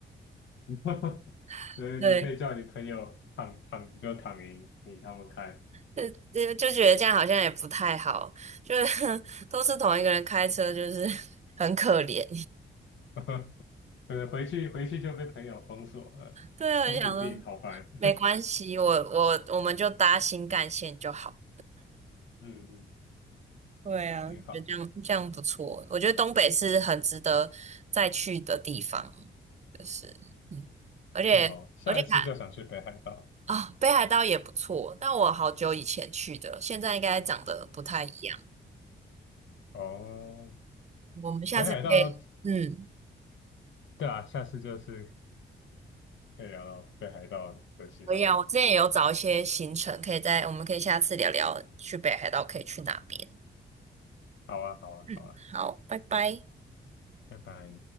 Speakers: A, on the left (about 75°); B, on the right (about 35°).
A: <laughs>
B: <laughs>
A: 呃，
B: 对，
A: 你可以叫你朋友躺躺你就躺赢，你他们开，
B: 就就就觉得这样好像也不太好，就是 <laughs> 都是同一个人开车，就是 <laughs> 很可怜。
A: <laughs> 呃，回去回去就被朋友封锁了，
B: 对啊，
A: 公主病，
B: 我就想说
A: 好烦，
B: 没关系，我我我们就搭新干线就好，
A: <laughs> 嗯嗯，
B: 对啊，
A: 挺好，
B: 觉得这样这样不错。我觉得东北是很值得再去的地方，就是嗯，而且而且看
A: 正好下一次就想去北海道，
B: 啊、北海道也不错，但我好久以前去的了，现在应该长得不太一样。
A: 哦，
B: 我们下次可以，
A: 北海道，
B: 嗯，
A: 对啊，下次就是可以聊到北海道的其他的景，
B: 可以啊。我之前也有找一些行程，可以在我们可以下次聊聊去北海道可以去哪边。
A: 好啊，好啊，
B: 嗯，
A: 好啊，
B: 好，拜拜。
A: 拜拜。